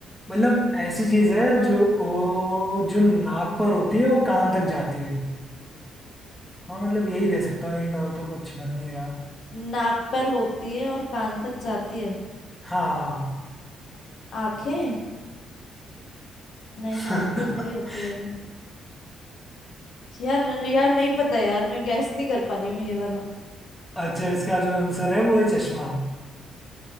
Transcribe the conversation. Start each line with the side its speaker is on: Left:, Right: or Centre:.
Centre: मतलब ऐसी चीज है
Left: हाँ
Centre: जो वो जो नाक पर होती है वो कान तक जाती है हाँ मतलब यही दे सकता हूँ हिंट और तो कुछ बन नहीं रहा
Left: नाक पर होती है और कान तक जाती है
Centre: हाँ
Left: आंखें नहीं
Centre: <laughs>
Left: नाक पे थोड़ी होती है वो यार यार नहीं पता यार मैं गैस नहीं कर पा रही हूँ ये वाला
Centre: अच्छा इसका जो आंसर है वो है चश्मा